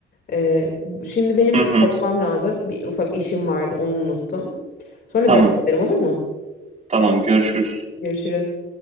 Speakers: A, on the left (about 55°); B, on the right (about 35°).
A: Ee, şimdi benim
B: Hı
A: bir
B: hı,
A: kaçmam lazım. Bir ufak işim vardı, onu unuttum. Sonra
B: tamam,
A: devam ederim olur mu?
B: tamam görüşürüz.
A: Görüşürüz.